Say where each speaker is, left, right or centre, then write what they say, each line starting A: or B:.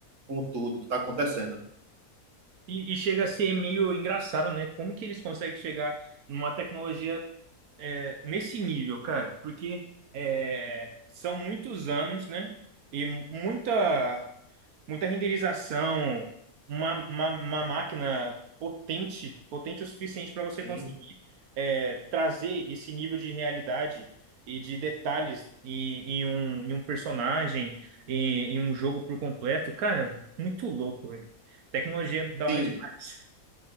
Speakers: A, on the right; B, on the right.
A: com tudo que tá acontecendo.
B: E, e chega a ser meio engraçado, né? Como que eles conseguem chegar numa tecnologia é, nesse nível, cara? Porque é, são muitos anos, né? E muita, muita renderização, uma, uma, uma máquina potente, potente o suficiente para você
A: Sim.
B: conseguir é, trazer esse nível de realidade e de detalhes em, em um, em um personagem, em, em um jogo por completo. Cara, muito louco, Tecnologia é da hora
A: Sim,
B: demais.